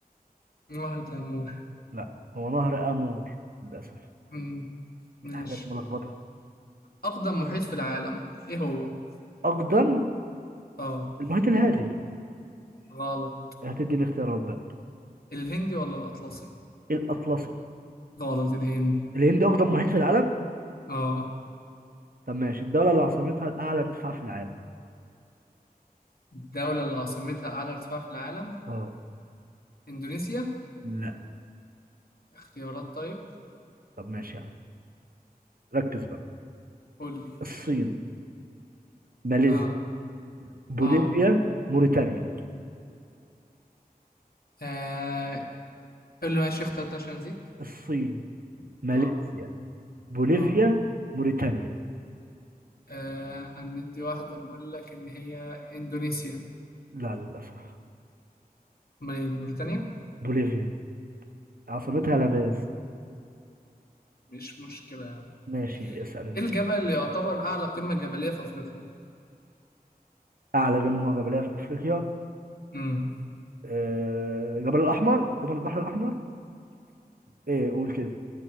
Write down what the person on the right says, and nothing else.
لا هو نهر امور للاسف
حاجات ملخبطه
اقدم
المحيط الهادي
هتدي الاختيارات بقى
الاطلسي
الهند اقدم محيط في العالم
طب ماشي الدوله اللي عاصمتها الاعلى ارتفاع في العالم
اه
لا
طب ماشي يا عم ركز بقى
الصين ماليزيا
بوليفيا
موريتانيا
الصين ماليزيا
بوليفيا
موريتانيا
لا للاسف
بوليفيا عاصمتها
لاباز
ماشي اسال انت
اعلى قمه جبليه في افريقيا
آه، جبل الاحمر جبل البحر الاحمر ايه قول كده